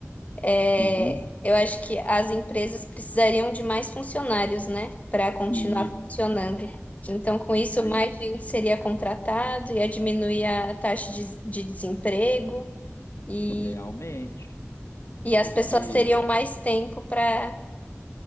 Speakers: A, on the left (about 30°); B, on the left (about 75°).
A: É,
B: Uhum.
A: eu acho que as empresas precisariam de mais funcionários, né, para continuar
B: E
A: funcionando. Então, com isso,
B: aí,
A: mais gente seria contratado, ia diminuir a taxa de, de desemprego e,
B: realmente,
A: as
B: porque
A: pessoas teriam mais tempo para